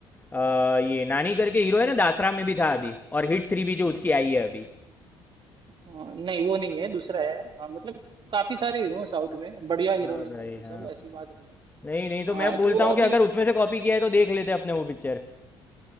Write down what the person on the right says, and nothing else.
हाँ, नहीं वो नहीं है दूसरा है हाँ, मतलब काफी सारे हीरो हैं साउथ में बढ़िया हीरो
हैं
सब के
सब ऐसी बात नहीं है
हाँ
तो
अभी